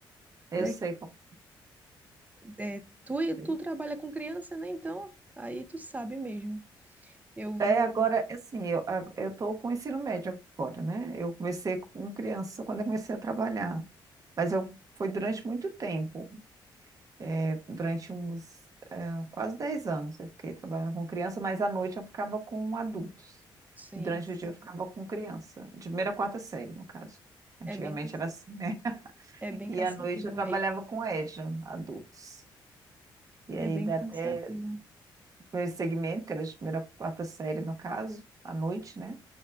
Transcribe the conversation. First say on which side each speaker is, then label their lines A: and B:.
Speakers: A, on the right; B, on the right.
A: É,
B: De-
A: eu sei como
B: de- tu,
A: foi.
B: tu trabalha com criança, né? Então, aí tu sabe mesmo. Eu vou.
A: É, agora, é assim, eu, a- eu tô com o ensino médio agora, né? Eu comecei com criança quando eu comecei a trabalhar, mas eu, foi durante muito tempo. É, durante uns eh, quase 10 anos eu fiquei trabalhando com criança, mas à noite eu ficava com adultos.
B: Sim,
A: E durante
B: sim.
A: o dia eu ficava com criança, de primeira a quarta série, no caso. Antigamente
B: É bem, cansa-
A: era assim, né? <laughs>
B: é bem
A: E
B: cansativo
A: à noite eu trabalhava
B: mesmo.
A: com EJA, adultos. E aí
B: É bem
A: dá
B: cansativo.
A: até meu segmento, que era de primeira a quarta série, no caso, à noite, né?